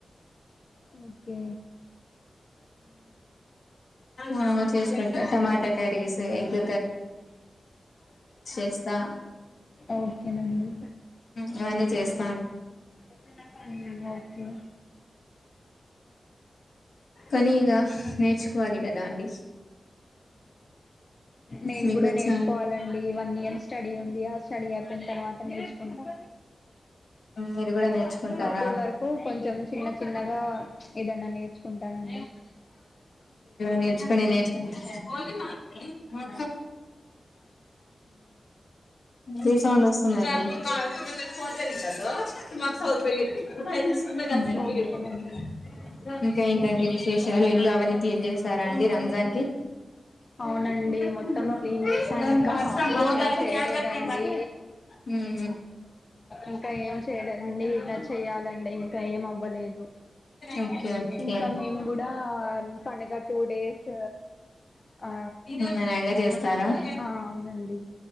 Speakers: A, on the left; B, on the left.
A: ఓకే
B: మాగా చేసుకుంటా టమాటా కర్రీస్ ఎగ్ వస్తా
A: ఓకేనండి
B: ఇవన్నీ చేస్త
A: ఒకే
B: కానీగా నేర్చుకోవాలి కదా అండి
A: నేను
B: మీకు
A: కూడా
B: వచ్చా
A: నేర్చుకోవాలండి వన్ ఇయర్ స్టడీ ఉంది అస సడి అయిపోయిన తర్వాత నేర్చుకుంటా
B: మీరు కూడా నేర్చుకుంటారా
A: అప్పుడు వరకు కొంచెం చిన్న చిన్నగా ఏదన్నా నేర్చుకుంటానండి
B: నేర్చు ప నేచ అ రీసౌండ్ ఒస్తుందండి. <unintelligible>
A: ఓకేనండి
B: ఇంకా ఏంటండి విశేషాలు ఇళ్ళు అవన్నీ క్లీన్ జేసారా అండి రంజాన్ కి.
A: అవునండి మొత్తం
B: !
A: క్లీన్ చేసాం ఇంకా షాపింగ్స్
B: భష
A: ఏం చేయలేదండి
B: మ్మ్మ్.
A: ఇంకా ఏం చేయలేదండి ఇలా చేయాలండి ఇంకా ఏం అవ్వలేదు
B: ఒకే. ఒకే.
A: ఇంకా మేము కూడా పండగ టూ డేస్ ఆ
B: నిమ్మళంగా జేస్తారా. !?
A: ఆ అవునండి